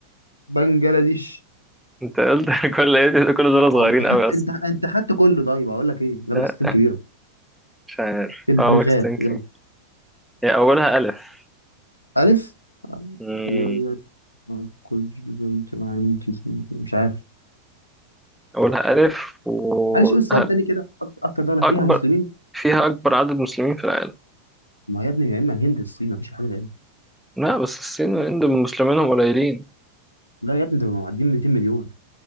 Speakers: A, on the left; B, in the centre.
A: بنجلاديش
B: <laughs> أنت قلت كل إيه ده كل دول صغيرين
A: انت خدت
B: أوي أصلا
A: انت انت خدت كله طيب اقول لك ايه لا
B: لا،
A: باكستان كبيره
B: مش عارف
A: البنغال
B: اه ماكس تنكي
A: يلا
B: هي أولها ألف
A: ألف
B: مم.
A: يعني كل بنت عندي مش عارف
B: أولها ألف وأكبر
A: معلش قول السؤال تاني كده أك- أكتر دولة فيها
B: أكبر
A: مسلمين
B: فيها أكبر عدد مسلمين في العالم
A: ما يا ابني يا إما الهند يا الصين مفيش حاجة غيرها
B: لا بس الصين والهند مسلمينهم قليلين
A: لا يا ابني ده معديين 200 مليون